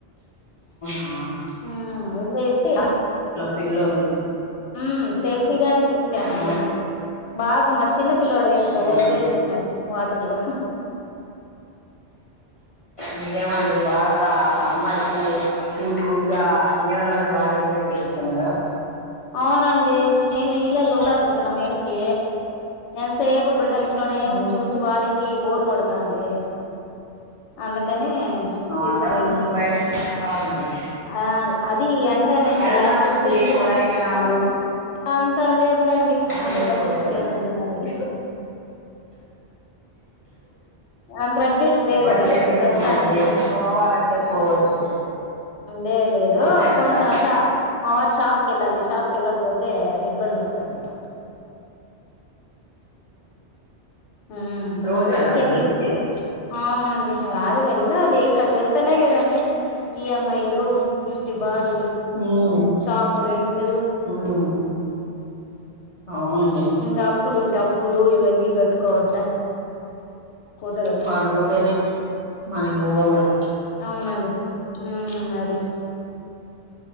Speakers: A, on the left; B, on the left.
A: ఆ
B: ఉమ్ వెళ్లేేసి
A: పిల్లోల్లు
B: ఉమ్ సేఫ్టీగానే తీసుకెల్లమండి
A: ఆ
B: బాగ మా చిన్న పి పిల్లోడు అయితే
A: పోనీలే
B: భలే ఎంజాయ్ చేసినడు వ వాట్రల్లో
A: ఇంకేమండి బాగా సమ్మర్ కి కూల్ కూల్ గా నీళలోనే బాగా ఎంజాయ్ చేపిస్తున్నారు
B: అవునండి నె ఇళ్ళల్లో లోలక పో నం ఎడికి ఎంసేపు బిడను ఇంట్లోనే
A: ఉమ్
B: ఉంచి ఉంచి వాళ్ళకి కి బోర్ కొడతంది అందుకని తీసుపోయినండి
A: అట్లా కొంచెం బయటకి తిప్పుతా ఉండాలి
B: ఆ అది ఎండ అనేసి
A: ఏడైనా
B: లేకపోతే
A: ఊటీ
B: వీధిన
A: కొడైకెనాలు
B: అంత లేదండి
A: అట్లా
B: అంత
A: వేసుకోవచ్చు
B: బడ్జెట్
A: కదా
B: లేదండి మా దగ్గ అ త్ర బడ్జెట్ లెద్
A: బడ్జెట్
B: ఇప్పుడు
A: ఏముందండి
B: ప్రస్తుానికి
A: పోవాలంటే పోవచ్చు
B: లే లేదు
A: అంతే అంటారా
B: కొంచెం మా వారి షాప్కి వెళ్ళాలి షాప్కి వెళ్లకపోతే ఇబ్బంది అవుతుది అన్వాల్ ఉ
A: రోజు వెళ్ళాలా
B: అందుకె
A: డ్యూటీకి
B: లీవ్ అవునండి ఇంకా రారు వెళ్ళాలి కథ వెళ్తానే కదండి ఈఎమ్ఐయిలు ఇంటి బాడు
A: ఉమ్
B: షాపు రెంట్ ఇ
A: ఉమ్ అవునండి
B: ఇకా అప్పులు ఉంటా అప్పు పులు ఇవన్నీ కట్టుకోవద్దా కుదరదు
A: వాళ్ళు పోతేనే మనకి బువ్వ కూడా
B: అవున అందస్తా ఉ అది